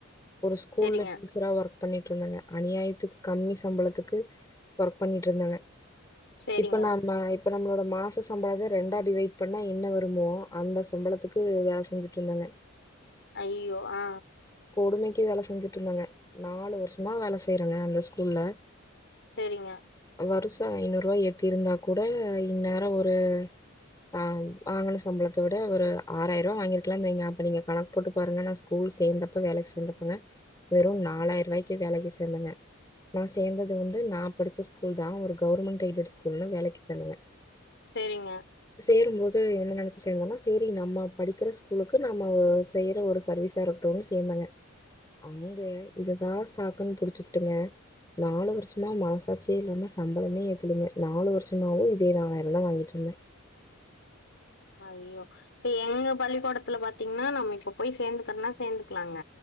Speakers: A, on the left; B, on the left.
A: ஒரு ஸ்கூல்ல
B: செரிங்க
A: டீச்சரா ஒர்க் பண்ணிட்ருந்தாங்க அநியாயத்துக்கு கம்மி சம்பளத்துக்கு ஒர்க் பண்ணிட்டு இருந்தங்க
B: செரிங்க
A: இப்ப நாம்ம இப்ப நம்மளோட மாச சம்பளத்த ரெண்டா டிவைட் பண்ணா என்ன வருமோ அந்த சம்பளத்துக்கு வேல செஞ்சுட்ருந்தங்க
B: ஐய்யியோ ஆ
A: கொடுமைக்கு வேல செஞ்சுட் இருந்தங்க நாலு வர்ஷமா வேல செய்றங்க அந்த ஸ்கூல்ல
B: செரிங்க
A: வருஷோ ஐநூறுவா ஏத்தி இருந்தாக் கூட இந்நேரோ ஒரு ஆ வாங்கன சம்பளத்த விட ஒரு ஆறாயிரவா வாங்கிருக்கலான் வைங்க அப்ப நீங்க கணக் போட்டு பாருங்க நா ஸ்கூல் சேந்தப்ப வேலைக் சேந்தப்பங்க வெறு நாலாயிர்வாய்க்கு வேலைகு சேந்தங்க நா சேந்தது வந்து நாப் படிச்ச ஸ்கூல்தா ஒரு கவுர்மெண்ட் எய்டெட் ஸ்கூல்னு வேலைக்கு சேந்தேங்க
B: சேரிங்க
A: சேரும்போது என்ன நெனச்சு சேந்தனா சேரி நம்ம படிக்கிற ஸ்கூலுக்கு நம்ம ஒ செய்யற ஒரு சர்வீஸ் சா இருக்டுன் சேந்தேங்க அங்க இதுதா சாக்குன் புடிச்சுக்டுங்க நாலு வருஷமா மனசாட்சியே இல்லாம சம்பளமே ஏத்துலிங்க நாலு வருஷமாவு இதேதா நாலயிரந்தா வாங்கிட்ருந்தே
B: அய்யோ இப்ப எங்கப் பள்ளிக்கோடத்துல பாத்தீங்னா நம்ம இப்ப போய் சேந்துகர்னா சேந்துக்லாங்க